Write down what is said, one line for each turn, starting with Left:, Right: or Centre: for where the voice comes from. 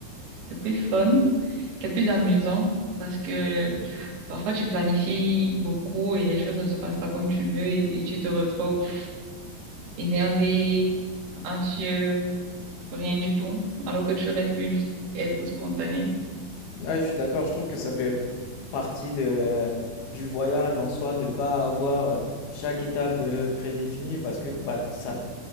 Right: C'est plus fun, c'est plus amusant parce que parfois tu planifies beaucoup et les choses ne se passent pas comme tu veux et, et tu te retrouves énervé, anxieux, pour rien du tout, alors que tu aurais pu juste être spontané.
Left: Ouais, je suis d'accord, je trouve que ça fait partie de, euh, du voyage en soi, de pas avoir euh, chaque étape euh, prédéfinie parce que bah, ça,